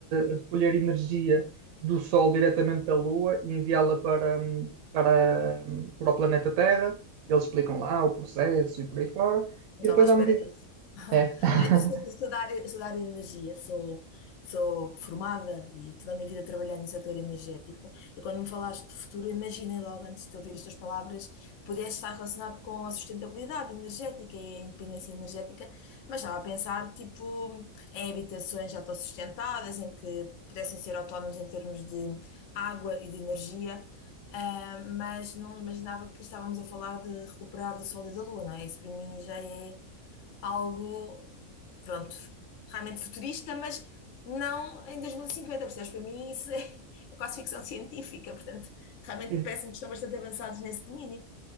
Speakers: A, on the right; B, on the left.
A: a recolher energia do Sol diretamente da Lua e enviá-la para, hum, para, hum, para o planeta Terra. Eles explicam lá o processo e por aí fora.
B: Não
A: E
B: estava
A: depois
B: à espera
A: à medida.
B: disso.
A: É.
B: <laughs>
A: <laughs>
B: Olha, eu sou, eu sou da área, eu sou da área de energia, sou, sou formada e toda a minha vida trabalhei no setor energético. E quando me falaste de futuro, eu imaginei logo, antes de ouvir as tuas palavras, que pudesse estar relacionado com a sustentabilidade energética e a independência energética, mas estava a pensar, tipo, em habitações autossustentadas, em que pudessem ser autónomos em termos de água e de energia. Ah, mas não imaginava que estávamos a falar de recuperar do Sol e da Lua, não é? Isso para mim já é algo, pronto, realmente futurista, mas não em 2050, percebes? Para mim isso é, <laughs> é quase ficção científica, portanto, realmente
A: Sim,
B: parece-me que estão bastante avançados nesse domínio.